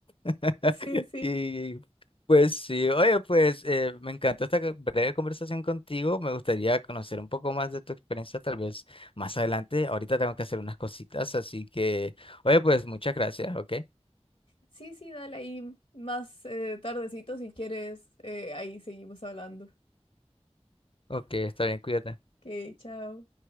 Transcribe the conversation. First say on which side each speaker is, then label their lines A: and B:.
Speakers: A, on the left; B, on the left.
A: <laughs>
B: Sí, sí.
A: Y pues sí, oye, pues eh, me encantó esta co- breve conversación contigo, me gustaría conocer un poco más de tu experiencia, tal vez más adelante, ahorita tengo que hacer unas cositas, así que, oye, pues muchas gracias, ¿ok?
B: Sí, sí, dale ahí más eh, tardecito si quieres, eh, ahí seguimos hablando.
A: Ok, está bien, cuídate.
B: Ok, chao.